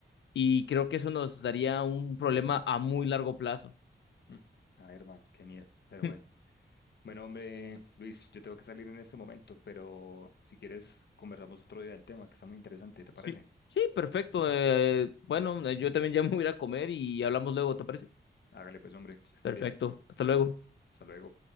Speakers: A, on the left; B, on the left.
A: y creo que eso nos daría un problema a muy largo plazo.
B: Mm, Ay, hermano, qué miedo, pero
A: <laughs>
B: bueno. Bueno, hombre, Luis, yo tengo que salir en este momento, pero si quieres conversamos otro día del tema, que está muy interesante, ¿te parece?
A: Sí, sí, perfecto. eh, bueno, eh, yo también ya me voy a ir a comer y hablamos luego, ¿te parece?
B: Hágale pues, hombre, que estés
A: Perfecto,
B: bien.
A: hasta luego.
B: Hasta luego.